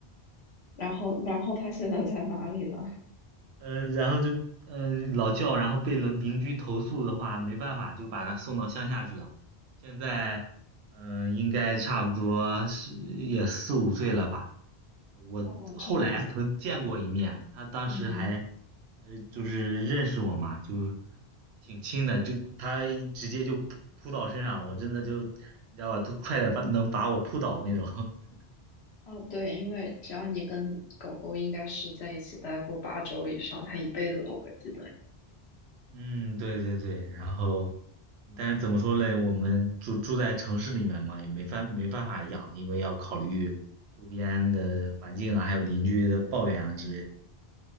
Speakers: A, on the left (about 80°); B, on the right (about 85°).
A: 然后然后他现在在哪里呢？
B: 嗯、然后就嗯、呃老叫，然后被邻邻居投诉的话，没办法，就把他送到乡下去了。现在嗯、呃应该差不多是也四五岁了吧。我后来曾见过一面，
A: 哦，这样子，
B: 他当时还呃就是认识我嘛，
A: 嗯嗯
B: 就挺亲的，就他直接就扑扑倒身上，我真的就你知道吧，都快点把能把我扑倒那种。<laughs>
A: 哦，对，因为只要你跟狗狗应该是在一起待过八周以上，它一辈子都会记得你。
B: 嗯，对对对，然后，但是怎么说嘞？我们住住在城市里面嘛，也没办没办法养，因为要考虑周边的环境啊，还有邻居的抱怨啊之类的。